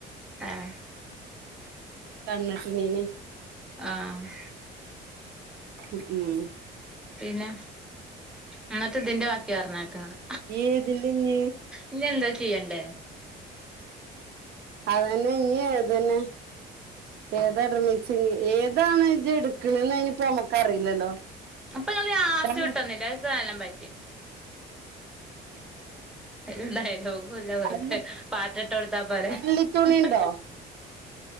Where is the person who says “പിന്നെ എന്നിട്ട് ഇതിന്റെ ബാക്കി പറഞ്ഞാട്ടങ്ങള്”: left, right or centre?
Centre